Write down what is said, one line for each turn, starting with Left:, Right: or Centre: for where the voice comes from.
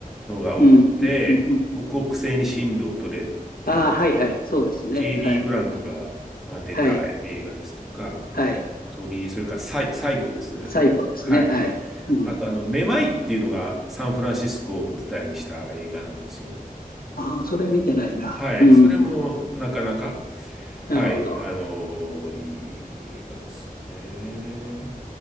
Centre: のが多くて、
Left: うん、うん、うん。うん
Centre: 北北西に進路を取れっていう、
Left: ああ、はいはい。
Centre: まあ
Left: そうですね。
Centre: ケイリー・
Left: はい。
Centre: グラントがまあ出た映画ですとか、
Left: はい。はい。
Centre: 鳥それからサイ、サイコですね。
Left: 最後ですね。
Centre: はい。
Left: はい。うん。
Centre: あと、あの、めまいっていうのがサンフランシスコを舞台にした映画なんですよ。
Left: ああ、それ見てないな。
Centre: はい。
Left: うん、
Centre: それもなかなか、
Left: うん。
Centre: はい。
Left: なるほど。
Centre: あのーいい映画ですね。